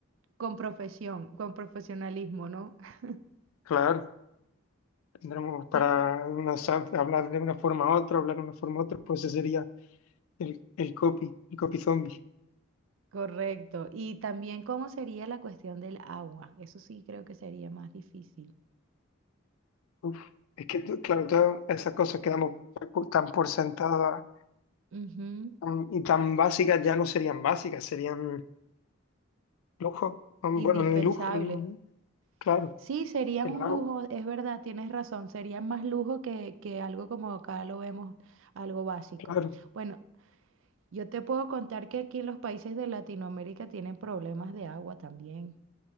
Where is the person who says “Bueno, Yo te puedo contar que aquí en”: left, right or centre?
Right